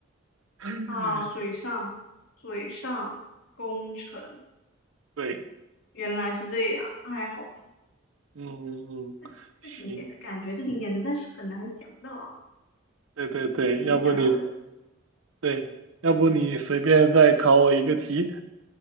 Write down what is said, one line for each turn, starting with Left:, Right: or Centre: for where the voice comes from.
Right: <laughs>
Left: 啊，水上，水上工程，
Right: 对，
Left: 原来是这样，哎，好吧，
Right: 嗯嗯，
Left: 是是挺简单，
Right: 行，
Left: 感觉是挺简单，但是很难想到啊，
Right: 对对对，
Left: 很难想到这个，
Right: 要不你对，要不你随便再考我一个题。